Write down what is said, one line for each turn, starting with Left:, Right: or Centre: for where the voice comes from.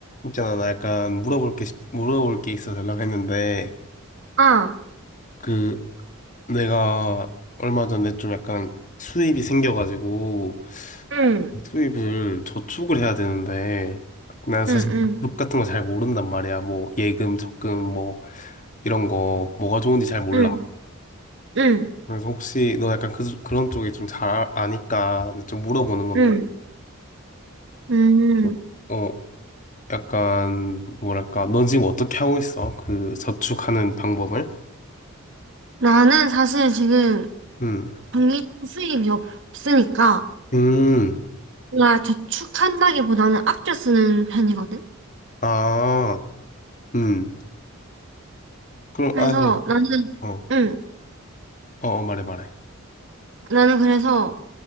Left: 있잖아, 나 약간 물어볼 게, 물어볼 게 있어서 연락했는데,
Right: 아,
Left: 그, 내가 얼마 전에 좀 약간 수입이 생겨가지고,
Right: 응,
Left: 이 수입을 저축을 해야 되는데, 난 사실
Right: 응, 응,
Left: 저축 같은 거 잘 모른단 말이야. 뭐, 예금, 적금, 뭐, 이런 거, 뭐가 좋은지 잘 몰라.
Right: 응, 응,
Left: 그래서 혹시 너 약간 그, 그런 쪽에 좀 잘 아니까 좀 물어보는 건데,
Right: 응, 음.
Left: 어, 어, 약간, 뭐랄까, 넌 지금 어떻게 하고 있어? 그 저축하는 방법을?
Right: 나는 사실 지금
Left: 음.
Right: 정기적 수입이 없으니까
Left: 음.
Right: 나 저축한다기보다는 아껴 쓰는 편이거든.
Left: 아, 음. 그럼
Right: 그래서
Left: 아예
Right: 나는,
Left: 어, 어,
Right: 응,
Left: 어, 말해 말해.
Right: 나는 그래서